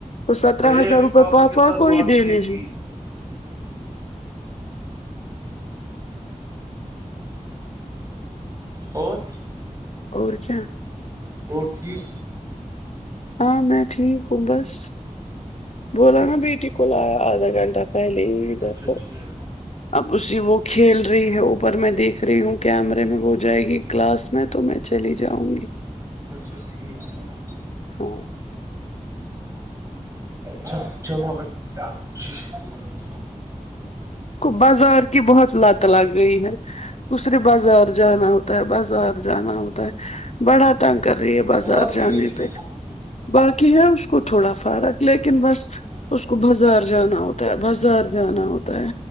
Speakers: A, on the left; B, on the right.
A: وہ سترہ
B: میں نے
A: ہزار
B: ابھی
A: روپئے پاپا
B: کے ساتھ
A: کو
B: بات
A: ہی دنے
B: نہیں کی
A: جی
B: اور
A: اور کیا
B: اور ٹھیک
A: ہاں میں ٹھیک ہوں بس بولا
B: اور
A: نا بیٹی کول آیا آدھا گھنٹہ پ لے یہدپ
B: اچھا ٹھیک
A: <unintelligible> اب اسی وہ کھیل رہی ہے اوپر میں دیکھ رہی ہوں کیمرے میں وہ جائے گی کلاس میں تو میں چلی جاؤں گی
B: اچھا ٹھیک ہے <unintelligible>
A: ہاں <inaudible>
B: چ چلو اچھ <unintelligible>
A: بازار کیی بہت لت
B: ہاں
A: لگئی ہے کسر بازار جانا ہوتا ہے بازار جانا ہوتا ہے بڑا تنگ کر رہی ہے بازار
B: ہاں
A: جانے پہ باقی ہے اس کو تھوڑا فرق لیکن بس اس کو بازار جانا ہوتا ہے بازار جانا ہوتا ہے